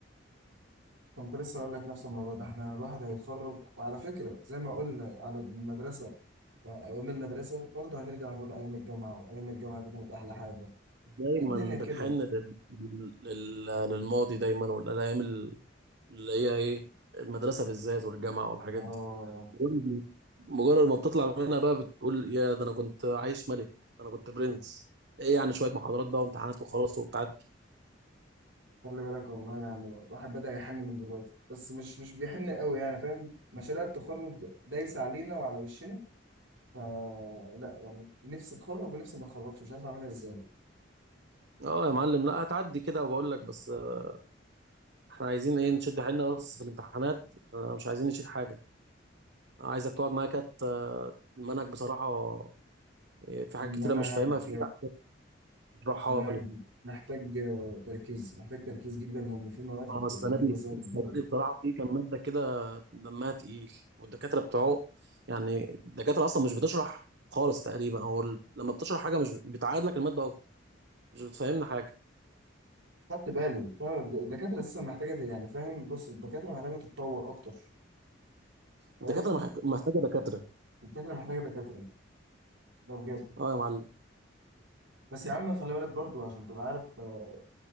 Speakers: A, on the right (about 85°); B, on the right (about 60°).
A: كنت لسه أقول لك نفس الموضوع ده إحنا الواحد هيتخرج وعلى فكرة زي ما قلنا على المدرسة يعني أيام المدرسة برضه هنرجع نقول أيام الجامعة أيام الجامعة دي كانت أحلى حاجة
B: دايما
A: الدنيا كده
B: بنحن لل... لل... للماضي دايما والأيام ال- اللي هي إيه المدرسة بالذات والجامعة والحاجات
A: آه
B: دي مجرد مجرد ما بتطلع منها بقى بتقول يا ده أنا كنت عايش ملك أنا كنت برنس إيه يعني شوية محاضرات بقى وامتحانات وخلاص وبتاع
A: خلي بالك والله يعني الواحد بدأ يحن من دلوقتي بس مش مش بيحن قوي يعني فاهم مشاريع التخرج دايسة علينا وعلى وشنا ف لا يعني نفسي أتخرج ونفسي ما أتخرجش مش عارف أعملها إزاي
B: اه يا معلم لا هتعدي كده وبقول لك بس آه، احنا عايزين ايه نشد حيلنا بس في الامتحانات آه، مش عايزين نشيل حاجه آه، عايزك تقعد معايا كده آه، المنهج بصراحه آه، في حاجات
A: المنهج
B: كتيره مش فاهمها فيه عايزك تشرحها
A: منهج
B: لي
A: محتاج تركيز محتاج تركيز جدا لان في مواد
B: اه السنه
A: جديده
B: دي
A: زي
B: السنه
A: برضه
B: دي بصراحه في كام ماده كده دمها تقيل والدكاتره بتوعه يعني الدكاتره اصلا مش بتشرح خالص تقريبا او ال- لما بتشرح حاجه مش بت- بتعاد لك الماده اكتر مش بتفهمنا حاجه
A: خدت بالي فعلا الدكاترة لسه محتاجة يعني فاهم بص الدكاترة محتاجة تتطور أكتر فاهم
B: الدكاتره محتاج- محتاجه دكاتره
A: الدكاترة محتاجة دكاترة ده بجد
B: اه يا معلم
A: بس يا عم خلي بالك برضو عشان تبقى عارف آه،